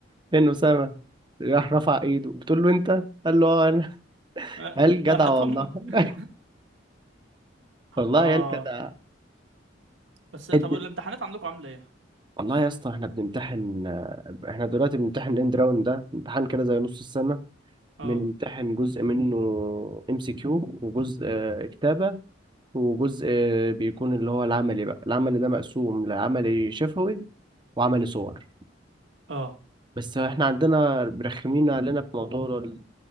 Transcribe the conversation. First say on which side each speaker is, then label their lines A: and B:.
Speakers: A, on the right; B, on the right.
A: فين أسامة؟ راح رفع إيده بتقول له أنت؟ قال له أه أنا
B: أه،
A: قال جدع
B: راحت
A: والله
B: امك <laughs>
A: <laughs> والله
B: اه
A: يا الجدع
B: بس طب
A: قد-
B: الامتحانات عندكم عامله ايه
A: والله يا اسطى احنا بنمتحن احنا دلوقتي بنمتحن اند راوند ده امتحان كده زي نص السنة
B: اه
A: بنمتحن جزء منه ام سي كيو وجزء كتابة وجزء بيكون اللي هو العملي بقى العملي ده مقسوم لعملي شفوي وعملي صور
B: اه
A: بس احنا عندنا برخمين علينا في موضوع ال